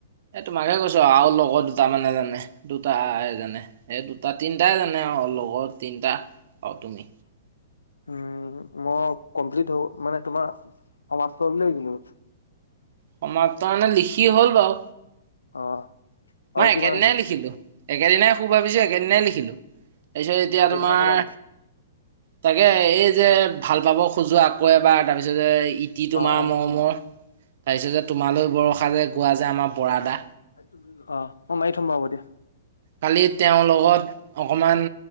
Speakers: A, on the right; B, on the left.
A: এ তোমাকে কৈছো আও লগৰ দুটা মানে জানে, দুটায়ে জানে। এ দুটা, তিনটাই জানে আও লগৰ তিনটা। আৰু
B: অ।
A: তুমি
B: অ মই কমপ্লি হ মানে তোমাৰ সমাপ্ত বুলিয়ে লিখিলো।
A: সমাপ্ত মানে, লিখি হ'ল বাও।
B: অ। আৰু
A: মই
B: কিমান
A: একেদিনাই
B: আছে
A: লিখিলো। একেদিনাই খু ভাবিছো, একেদিনাই লিখিলো। তাছত এতিয়া
B: একেদিনাই
A: তোমাৰ
B: খতম
A: তাকেই এই যে, ভাল পাব খোজো আকৌ এবাৰ তাপি ছতে, ইতি তোমাৰ
B: অ অ
A: মৰমৰ। তাপিছতে তোমালৈ বৰষা যে গোৱা যে, আমাৰ বৰাদা।
B: <unintelligible> অ মাৰি থ'ম বাও, হ'ব দিয়া।
A: কালি তেওঁৰ লগত অকমান